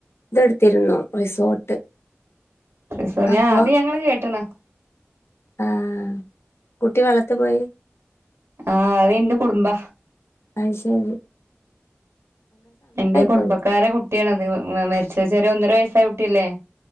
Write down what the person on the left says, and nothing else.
തെടുത്തിരുന്നു റിസോർട്ട്.
അപ്പൊ
ആഹ്, കുട്ടി വളളത്തി പോയി
അത് ശെരി
പോയി